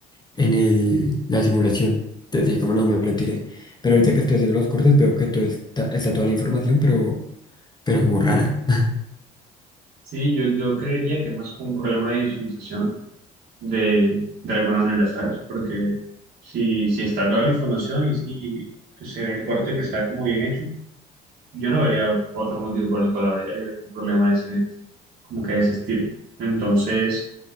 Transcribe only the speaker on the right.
Sí, yo, yo creería que más como un problema de visualización de, de alguna manera, ¿sabes? Porque si, si está toda la información y si se ve el corte que está como bien hecho Yo no vería otro motivo por el cual habría hay algún problema de ese, como que de ese estilo. Entonces,